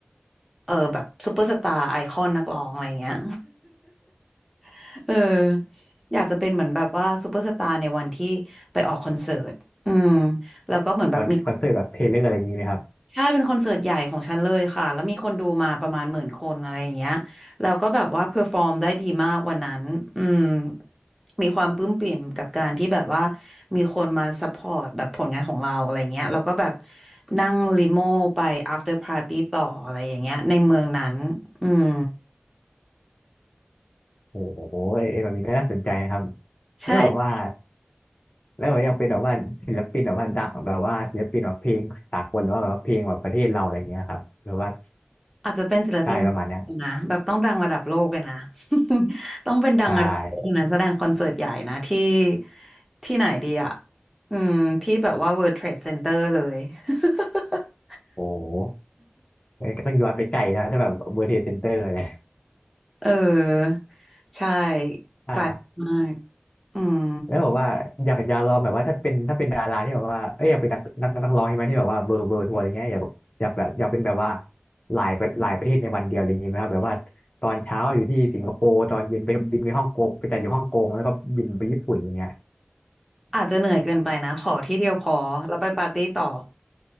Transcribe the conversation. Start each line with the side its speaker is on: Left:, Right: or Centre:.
Centre: เออแบบซูเปอร์สตาร์ไอคอนนักร้องอะไรเงี้ย <laughs> เอออยากจะเป็นเหมือนแบบว่าซูเปอร์สตาร์ในวันที่ไปออกคอนเสิร์ตอืมแล้วก็เหมือนแบบมี
Left: คอนคอนเสิร์ตแบบเทเลอร์อะไรอย่างงี้นะครับ
Centre: ใช่เป็นคอนเสิร์ตใหญ่ของฉันเลยค่ะแล้วมีคนดูมาประมาณหมื่นคนอะไรอย่างเงี้ยแล้วก็แบบว่าเพอร์ฟอร์มได้ดีมากวันนั้นอืมมีความปลื้มปริ่มกับการที่แบบว่ามีคนมาซัพพอร์ตแบบผลงานของเราอะไรเงี้ยแล้วก็แบบนั่งลิโม่ไป after party ต่ออะไรอย่างเงี้ยในเมืองนั้นอืม
Left: โอ้โหเอ็นแบบนี้ก็น่าสนใจนะครับ
Centre: ใช่
Left: แล้วแบบว่าแล้วแบบยังเป็นแบบว่าศิลปินแบบว่าดังแบบว่าศิลปินแบบเพลงสากลหรือว่าแบบว่าเพลงแบบประเทศเราอะไรเงี้ยครับหรือว่า
Centre: อาจจะเป็นศิลปิน
Left: ใช่ประมาณเนี้ย
Centre: นะแบบต้องดังระดับโลกเลยนะ <laughs> ต้องเป็นดังระดับโลกนะแสดงคอนเสิร์ตใหญ่นะที่
Left: ใช่
Centre: ที่ไหนดีอ่ะอืมที่แบบว่า World Trade Center เลย <laughs>
Left: โอ้โหก็ต้องย้อนไปไกลนะถ้าแบบเบอร์เทสเซนเตอร์เนี่ย
Centre: เออใช่
Left: ใช่
Centre: ไกลมากอืม
Left: แล้วแบบว่าอยากอยากลองแบบว่าถ้าเป็นถ้าเป็นดาราที่แบบว่าเอ้ยอยากเป็นนักนักนักร้องใช่ไหมที่แบบว่าเบอร์เบอร์ทัวร์อะไรเงี้ยอยากอยากแบบอยากเป็นแบบว่าหลายประหลายประเทศในวันเดียวอะไรอย่างงี้ไหมครับแบบว่าตอนเช้าอยู่ที่สิงคโปร์ตอนเย็นไปบินไปฮ่องกงไปจัดอยู่ฮ่องกงแล้วก็บินไปญี่ปุ่นอย่างเงี้ย
Centre: อาจจะเหนื่อยเกินไปนะขอที่เดียวพอแล้วไปปาร์ตี้ต่อ